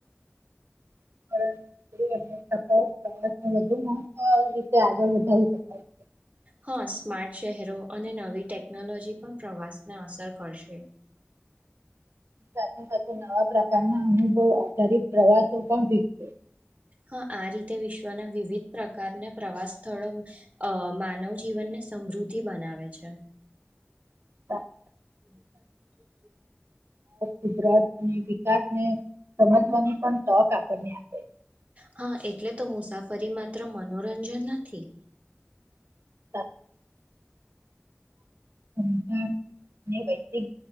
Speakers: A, on the right; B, on the right.
A: <unintelligible>
B: હા સ્માર્ટ શહેરો અને નવી ટેકનોલોજી પણ પ્રવાસને અસર કરશે
A: સાથે સાથે નવા પ્રકારના અનુભવ આધારિત પ્રવાસો પણ વિકશે
B: હા આ રીતે વિશ્વના વિવિધ પ્રકારના પ્રવાસ સ્થળો અ માનવ જીવનને સમૃદ્ધિ બનાવે છે.
A: <inaudible>
B: <inaudible>
A: ગુજરાત અને ને સમજવાની પણ તક આપણને આપે છે.
B: હા એટલે તો મુસાફરી માત્ર મનોરંજન નથી.
A: <inaudible> <inaudible> વૈ